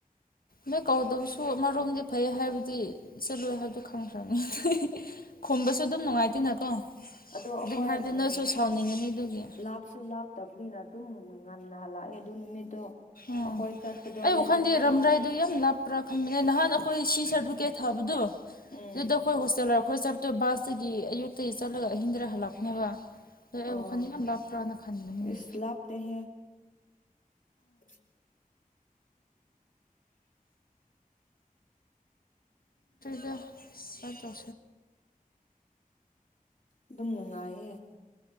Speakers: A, on the left; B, on the left.
A: ꯃ ꯀꯧꯗꯕꯁꯨ ꯑꯃꯔꯣꯝꯗꯤ ꯐꯩ ꯍꯥꯏꯕꯗꯤ ꯆꯠꯂꯨ ꯍꯥꯏꯕꯗꯨ ꯈꯪꯈ꯭ꯔꯅꯤ ꯈꯨꯝꯕꯁꯨ ꯑꯗꯨꯝ ꯅꯨꯡꯉꯥꯏꯇꯦꯅꯀꯣ
B: ꯑꯗꯣ ꯑꯩꯈꯣꯏ
A: ꯑꯗꯨꯝ ꯍꯥꯏꯕꯗꯤ ꯅꯣꯏꯁꯨ
B: ꯎ
A: ꯁꯥꯎꯅꯤꯡꯒꯅꯤ ꯑꯗꯨꯒꯤ
B: ꯂꯥꯞꯁꯨ ꯂꯥꯞꯇꯕꯅꯤꯅ ꯑꯗꯨꯝ ꯎꯝ ꯉꯅꯍꯂ ꯑꯦ ꯑꯗꯨ ꯅꯨꯃꯤꯠꯇꯣ
A: ꯑꯣ
B: ꯑꯩꯈꯣꯏ ꯆꯠꯄꯗꯣ
A: ꯑꯩ
B: ꯑꯦꯂꯚꯦꯟ
A: ꯋꯥꯈꯜꯗꯤ
B: ꯇꯨꯋꯦꯜꯐ
A: ꯔꯝ꯭ꯔꯥꯏꯗꯨꯣ ꯌꯥꯝ ꯂꯥꯞꯄ꯭ꯔꯥ ꯈꯟꯕꯅꯦ ꯅꯍꯥꯟ ꯑꯩꯈꯣꯏ ꯁꯤ ꯁꯔ ꯀꯦ ꯊꯥꯕꯗꯣ
B: ꯎꯝ
A: ꯑꯗꯨꯗ ꯑꯩꯈꯣꯏ ꯍꯣꯁꯇꯦꯜꯔ ꯑꯩꯈꯣꯏ ꯆꯠꯄꯣ ꯕꯥꯁꯇꯒꯤ ꯑꯌꯨꯛꯇꯒꯤ ꯆꯠꯂꯒ ꯑꯍꯤꯡꯗꯔ ꯍꯜꯂꯛꯄꯅꯦꯕ ꯑ ꯑꯩꯕꯨ
B: ꯑꯣ
A: ꯈꯅꯤꯡ ꯌꯥꯝ ꯂꯥꯞꯄ꯭ꯔꯅ ꯈꯅꯤꯡꯉꯕꯅꯤ
B: ꯏꯁ ꯂꯥꯞꯇꯦꯍꯦ <unintelligible>
A: ꯗ ꯇꯁ
B: ꯑꯗꯨꯝ ꯅꯨꯡꯉꯥꯏꯌꯦ